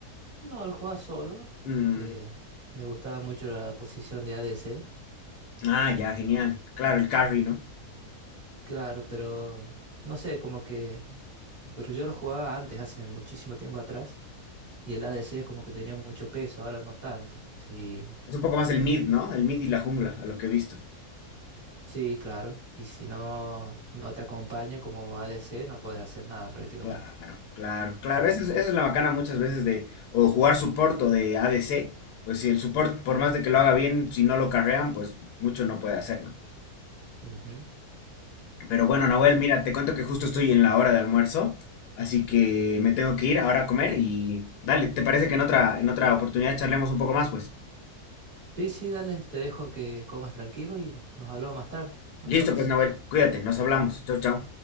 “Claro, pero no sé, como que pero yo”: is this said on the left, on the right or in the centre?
Right